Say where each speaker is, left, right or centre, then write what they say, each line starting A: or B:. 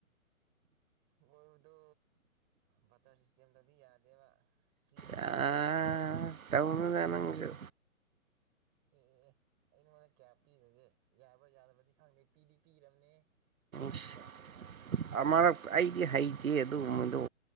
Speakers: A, on the right; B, on the right.
A: ꯑꯣꯏꯣꯏꯕꯗꯨ ꯕꯇꯔ ꯁꯤꯁꯇꯦꯝꯗꯗꯤ ꯌꯥꯗꯦꯕ ꯐ꯭ꯔꯤꯗ
B: ꯑꯥ
A: ꯄꯤ ꯊꯣꯛꯄ ꯌꯥꯗꯦꯕ
B: ꯇꯧꯅꯨꯗ ꯅꯪꯁꯨ
A: ꯑꯦ ꯑꯦ ꯑꯦ ꯑꯩ ꯅꯉꯣꯟꯗ ꯀꯌꯥ ꯄꯤꯈ꯭ꯔꯒꯦ ꯌꯥꯕ꯭ꯔꯥ ꯌꯥꯗꯕꯗꯤ ꯈꯪꯗꯦ ꯄꯤꯗꯤ ꯄꯤꯔꯕꯅꯦ ꯅꯪꯅ
B: ꯏꯁ
A: ꯄꯤꯔꯛꯄꯅꯤ ꯈꯪꯗꯦ
B: ꯑꯃꯔꯛ ꯑꯩꯗꯤ ꯍꯩꯇꯦ ꯑꯗꯨꯨꯝꯕꯗꯣ